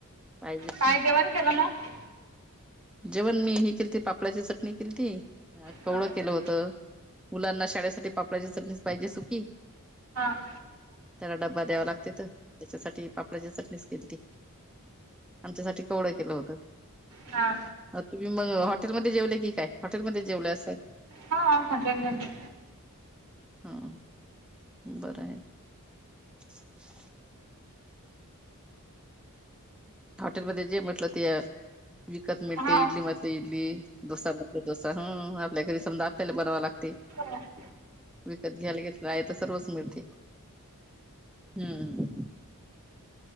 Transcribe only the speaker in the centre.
पाहिजेच
ना
जेवण मी हे केलं ते पापडाची चटणी केलती.
कवळं केलं होत मुलांना शाळेसाठी पापडाची चटणीच पाहिजे सुखी
त्याला डब्बा द्यावा लागते तर त्याच्यासाठी् डाची चटणीच केलती आमच्यासाठी कवळ केलं होत
तुम्ही मग हॉटेलमध्ये जेवले की काय हॉटेलमध्ये जेवले असाल
हम्म बरंय ना <inaudible> हॉटेलमध्ये जे म्हटलं ते विकत मिळते
इडली म्हटलं इडली डोसा म्हटलं डोसा हं आपल्या घरी समधं आपल्याला बनवाव लागतय.
विकत घ्यायला ग आहे तस रोच मिळते हम्म.